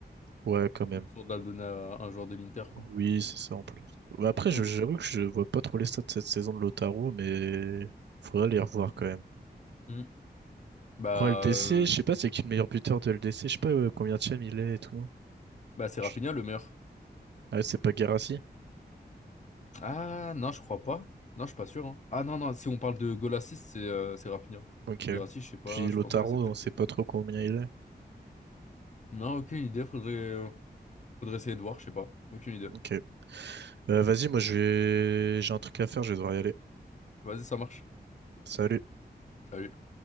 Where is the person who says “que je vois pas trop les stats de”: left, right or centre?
Right